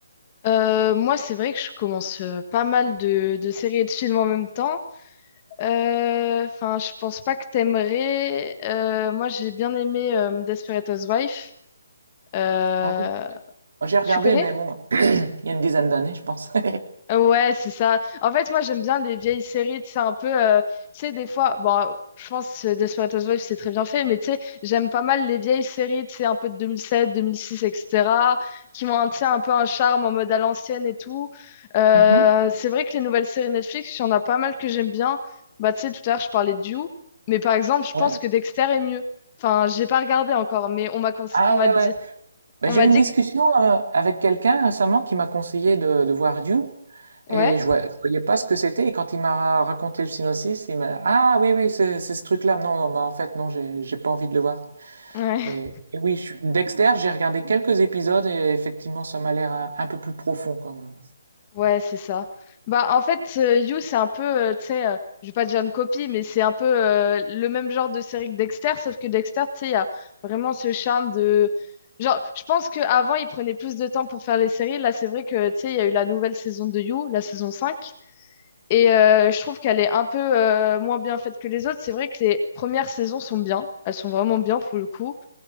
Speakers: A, on the left (about 20°); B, on the right (about 55°).
A: Euh, moi, c'est vrai que je commence euh, pas mal de, de séries et de films en même temps. Euh, Enfin, je pense pas que t'aimerais. Euh, moi, j'ai bien aimé euh, Desperate Housewives. Euh,
B: Ah oui, moi, j'ai regardé,
A: tu connais?
B: mais bon, <clears throat> il y a une dizaine d'années, je pense. <laughs>
A: Ouais, c'est ça. En fait, moi, j'aime bien les vieilles séries. C'est un peu, euh, tu sais, des fois, bon, je pense que Desperate Housewives, c'est très bien fait, mais tu sais, j'aime pas mal les vieilles séries, tu sais, un peu de 2007, 2006, etc., qui ont un, tu sais, un peu un charme en mode à l'ancienne et tout. Euh,
B: Mhm.
A: c'est vrai que les nouvelles séries Netflix, il y en a pas mal que j'aime bien. Bah, tu sais, tout à l'heure, je parlais de You, mais par exemple, je
B: Ouais.
A: pense que Dexter est mieux. Enfin, j'ai pas regardé encore, mais on m'a conse-
B: Ah
A: on m'a
B: ouais,
A: dit,
B: ouais. Ben,
A: on
B: j'ai
A: m'a
B: eu une
A: dit,
B: discussion
A: que-
B: euh, avec quelqu'un récemment qui m'a conseillé de, de voir Dune et
A: ouais,
B: je voyais, voyais pas ce que c'était et quand il m'a raconté le synopsis, il m'a Ah oui oui c'est c'est ce truc-là. Non, non ben, en fait non j'ai j'ai pas envie de le voir.
A: ouais.
B: Et, et oui, je suis- Dexter, j'ai regardé quelques épisodes et effectivement ça m'a l'air un, un peu plus profond quand même.
A: Ouais, c'est ça. Bah, en fait, euh, You, c'est un peu, euh, tu sais, euh, je vais pas dire une copie, mais c'est un peu euh, le même genre de série que Dexter, sauf que Dexter, tu sais, il y a vraiment ce charme de... Genre, je pense qu'avant, il prenait plus de temps pour faire les séries. Là, c'est vrai que, tu sais, il y a eu la nouvelle saison de You, la saison 5 et euh, je trouve qu'elle est un peu euh, moins bien faite que les autres. C'est vrai que les premières saisons sont bien, elles sont vraiment bien pour le coup.